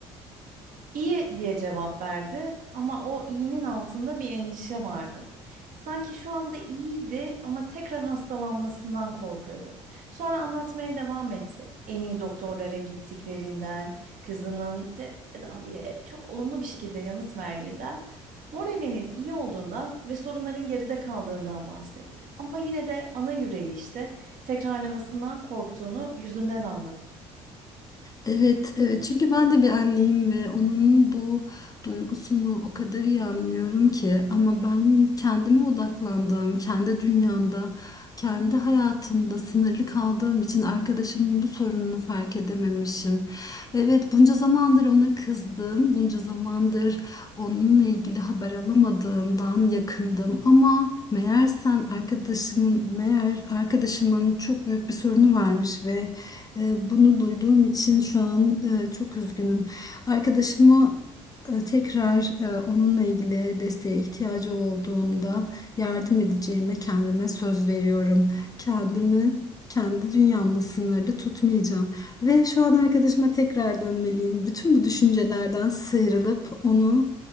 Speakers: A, on the right (about 60°); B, on the left (about 25°).
A: İyi diye cevap verdi ama o iyinin altında bir endişe vardı. Sanki şu anda iyiydi ama tekrar hastalanmasından korkuyordu. Sonra anlatmaya devam etse, en iyi doktorlara gittiklerinden, kızının tedaviye çok olumlu bir şekilde yanıt verdiğinden, moralinin iyi olduğundan ve sorunların geride kaldığından bahsetti. Ama yine de ana yüreği işte tekrarlamasından korktuğunu yüzünden anladım.
B: Evet, evet. Çünkü ben de bir anneyim ve onun bu duygusunu o kadar iyi anlıyorum ki ama ben kendime odaklandığım, kendi dünyamda, kendi hayatımda sınırlı kaldığım için arkadaşımın bu sorununu fark edememişim. Evet, bunca zamandır ona kızdım, bunca zamandır onunla ilgili haber alamadığımdan yakındım ama meğersem arkadaşımın meğer arkadaşımın çok büyük bir sorunu varmış ve e, bunu duyduğum için şu an e, çok üzgünüm. Arkadaşımı e, tekrar e, onunla ilgili desteğe ihtiyacı olduğunda yardım edeceğime kendime söz veriyorum. Kendimi kendi dünyamla sınırlı tutmayacağım. Ve şu an arkadaşıma tekrar dönmeliyim. Bütün bu düşüncelerden sıyrılıp onu